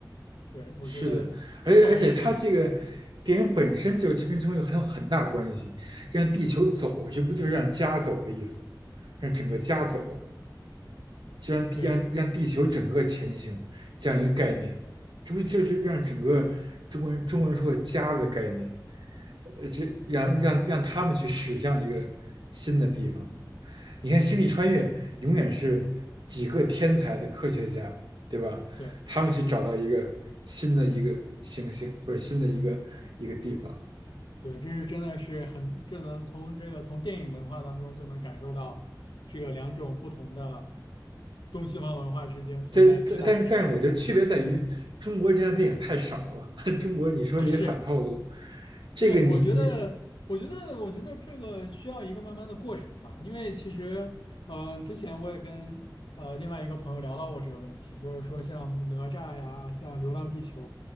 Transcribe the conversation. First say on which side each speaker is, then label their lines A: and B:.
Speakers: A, on the left; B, on the right.
A: 对，我觉得这这还是。
B: 是的，而且而且它这个电影本身就是其实跟中国很有很大关系，让地球走，这不就是让家走的意思吗让整个家走，就让地让让地球整个前行这样一个概念，
A: 对
B: 这不就是让整个中国人中国人说的家的概念？呃，这让让让他们去驶向一个新的地方。你看，星际穿越永远是几个天才的科学家，对吧？
A: 对，
B: 他们去找到一个新的一个行星或者新的一个一个地方。
A: 是的，对，这是真的是很，这能从这个从电影文化当中就能感受到，这个两种不同的东西方文化之间存在巨大的差别
B: 这但但是但是，我觉得区别在于中国现在电影太少了。<laughs> 中国你说这些反套路，
A: 啊，是
B: 这个你你
A: 对，我觉得，我觉得，我觉得这个需要一个慢慢的过程吧，因为其实，嗯、呃之前我也跟呃另外一个朋友聊到过这个问题，就是说像哪吒呀，像《流浪地球》